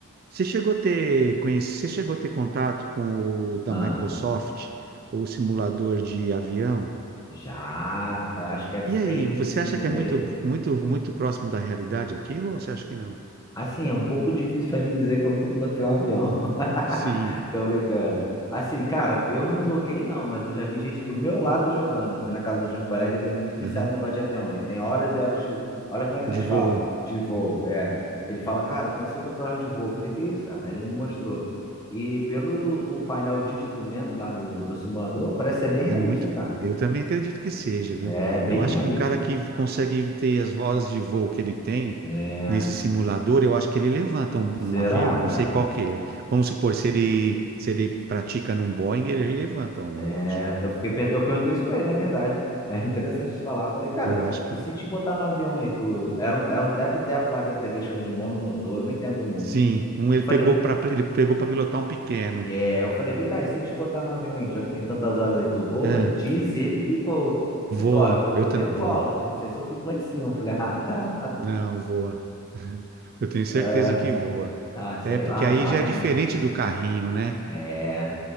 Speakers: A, on the right (about 45°); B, on the left (about 15°).
A: você chegou a ter, conhece, você chegou a ter contato com o da
B: Ah,
A: Microsoft, o simulador de avião?
B: já, é, acho que é Framing
A: E aí, você
B: Simulator.
A: acha que é muito, muito, muito próximo da realidade aquilo ou você acha que não?
B: Assim, é um pouco difícil pra mim dizer que eu nunca pilotei um avião. <laughs>
A: Sim.
B: Tô brincando. Assim, cara, eu não joguei não, mas eu já vi gente do meu lado jogando. Fui na casa de um colega, ele é muito viciado
A: Aham.
B: no negócio de avião. Ele tem horas e horas de. Olha como é que
A: De
B: eles
A: voo.
B: falam, de voo. É. Ele fala, cara, eu tenho 50 horas de voo. Eu falei, que isso, cara? Aí Ele me mostrou. E pelo o painel de instrumento lá do, do simulador, parece ser bem realista,
A: É muito.
B: cara.
A: Eu também acredito que seja, viu?
B: É, bem
A: Eu acho
B: realista.
A: que um cara que consegue ter as vozes de voo que ele tem
B: É.
A: nesse simulador, eu acho que ele levanta um,
B: Será,
A: um avião.
B: cara?
A: Não sei qual que é. Vamos supor, se ele, se ele pratica num Boeing, ele levanta um,
B: É,
A: eu acho.
B: eu fiquei, pe- eu perguntei isso pra ele, na verdade. É interessante você falar. Eu Falei, cara,
A: Eu acho que
B: e se te botar no avião aí, tu era um, era um teco-teco lá que até que chama de monomotor, eu não entendo muito.
A: sim. Um ele
B: Eu falei,
A: pegou para ele pegou para pilotar um pequeno.
B: é, eu falei, vem cá, e se te botar no avião aí, já que tem tantas horas aí, tu voa?
A: É,
B: Diz ele que voa.
A: voa.
B: Ele falou, ó,
A: Eu
B: eu, eu
A: também
B: decolo,
A: voa.
B: só não sei se eu fico lá em cima. Eu falei, <laughs> ah, tá.
A: Não, voa. <laughs> Eu tenho certeza
B: Ah,
A: que voa.
B: ah, sei
A: É, porque
B: lá,
A: aí
B: vai,
A: já é
B: né?
A: diferente do carrinho, né?
B: É,